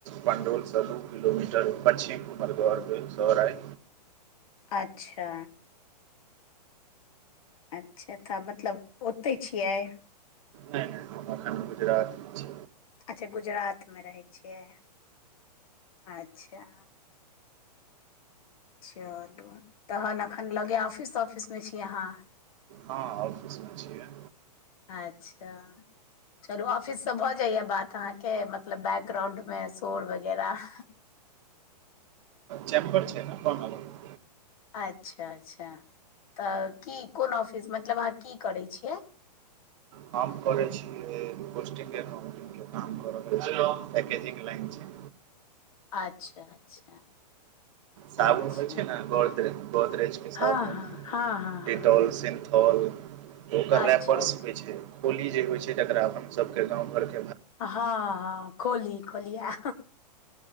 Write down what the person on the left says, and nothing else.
अच्छा अच्छा तऽ मतलब ओतै छियै?
अच्छा गुजरात मे रहै छियै अच्छा। चलू तहन अखन लगे ऑफिस तऑफिस मे छी अहाँ?
अच्छा चलू ऑफिस से भऽ जाइया बात अहाँके मतलब बैकग्राउंड में शोर वगैरह
अच्छा अच्छा तऽ की कोन ऑफिस मतलब अहाँ की करै छियै।
अच्छा अच्छा।
अच्छा
हँ
हँ हँ हँ
हँ
हँ अच्छा
हँ हँ खोली खोलिआ।